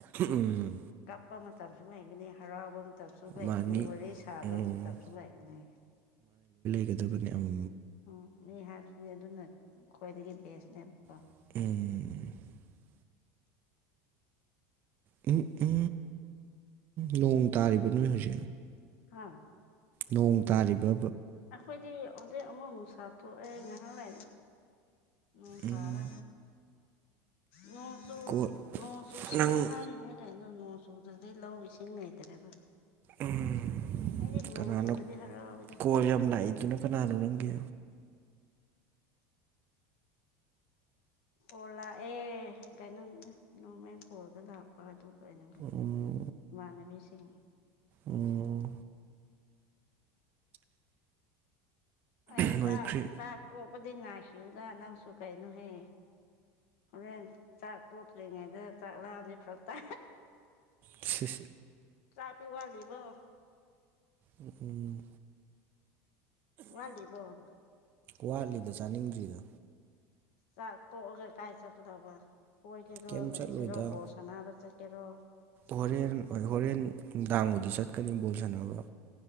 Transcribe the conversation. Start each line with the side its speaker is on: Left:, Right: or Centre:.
Right: ꯎꯝ
Left: ꯀꯞꯄ ꯃꯇꯝꯁꯨ ꯂꯩꯒꯅꯤ ꯍꯔꯥꯎꯕ ꯃꯇꯝꯁꯨ ꯀꯩꯒꯅꯤ
Right: ꯃꯥꯅꯤ
Left: ꯋꯥꯔꯤ ꯁꯥꯕ
Right: ꯎꯝ
Left: ꯃꯇꯝꯁꯨ ꯂꯩꯩꯒꯅꯤ
Right: ꯒꯗꯕꯅꯤ ꯑꯃ
Left: ꯎꯝ ꯃꯤ ꯍꯥꯏꯕꯁꯤꯗꯤ ꯑꯗꯨꯅ ꯈ꯭ꯋꯥꯏꯗꯒꯤ ꯕꯦꯁꯅꯦꯕꯀꯣ
Right: ꯎꯝ ꯎꯝ ꯎꯝ ꯎꯝ ꯎꯝ ꯅꯣꯡ ꯇꯥꯔꯤꯕ ꯅꯣꯏ ꯍꯧꯖꯤꯛ
Left: ꯍꯥꯥ
Right: ꯅꯣꯡ ꯇꯥꯔꯤꯕ
Left: ꯑꯩꯈꯣꯏꯗꯤ ꯑꯗꯨꯗ ꯑꯃꯃꯣꯟꯁꯥꯇꯣꯛꯦ ꯉꯍꯂ ꯎ
Right: ꯎꯝ
Left: ꯇꯥꯕ ꯅꯣꯡ ꯇꯨ
Right: ꯀꯣꯜ
Left: ꯅꯣꯡ ꯇꯨ ꯁꯅꯣ
Right: ꯅꯪ
Left: ꯍꯥꯏꯔꯤꯅꯦ ꯀꯥꯏꯅꯣ ꯅꯣꯡ ꯆꯨꯗꯗꯤ ꯂꯧ ꯏꯁꯤꯡ ꯂꯩꯇ꯭ꯔꯦꯕ
Right: ꯎꯝ
Left: ꯑꯩꯗꯤ ꯅꯣꯡ
Right: ꯀꯅꯥꯅꯣ
Left: ꯆꯨꯔꯗꯤ ꯍꯔꯥꯎꯋꯤꯗ
Right: ꯀꯣꯜ ꯌꯥꯝ ꯂꯥꯛꯏꯗꯨꯅ ꯀꯅꯥꯅꯣ ꯅꯪꯒꯦ
Left: ꯀꯣꯜ ꯂꯥꯛꯑꯦ ꯀꯩꯅꯣ ꯅꯣꯔꯃꯦꯜ ꯀꯣꯜꯗ ꯂꯥꯛꯄ ꯑꯗꯨ ꯀꯩꯅꯣꯒꯤ
Right: ꯎꯝ
Left: ꯏꯃꯥꯟꯅꯕꯤꯁꯤꯡ
Right: ꯎꯝ
Left: ꯑ
Right: ꯅꯣꯏꯈ꯭ꯔꯤ
Left: ꯁꯥ ꯆꯄꯗꯤ ꯉꯥꯏꯈꯤꯕꯌꯨꯗ ꯅꯪꯁꯨ ꯀꯩꯅꯣꯍꯦ ꯍꯣꯔꯦꯟ ꯆꯥꯛ ꯇꯣꯠꯇ꯭ꯔꯤꯉꯩꯗ ꯆꯥꯛ ꯂꯥꯎꯗꯤꯦ ꯐ꯭ꯔꯛꯇ
Right: ꯁꯤ
Left: ꯀꯄꯤꯤ ꯋꯥꯜꯂꯤꯕ
Right: ꯎꯝ
Left: ꯋꯥꯂꯤꯕꯅꯤ
Right: ꯋꯥꯠꯂꯤꯗ ꯆꯥꯅꯤꯡꯗ꯭ꯔꯤꯗ
Left: ꯆꯥꯛ ꯇꯣꯛꯑꯒ ꯀꯥꯏ ꯆꯠꯀꯗꯕ ꯀꯣꯏꯒꯦꯔꯣ
Right: ꯀꯩꯝ ꯆꯠꯂꯣꯏꯗ
Left: ꯂꯩꯒꯦꯔꯣ ꯕꯣꯁ ꯑꯅꯥꯕ ꯆ ꯑꯦꯔꯣ
Right: ꯍꯣꯔꯦꯟ ꯍꯣꯏ ꯍꯣꯔꯦꯟ ꯅꯨꯡꯗꯥꯡꯕꯨꯗꯤ ꯆꯠꯀꯅꯤ ꯕꯣꯜ ꯁꯥꯟꯅꯕ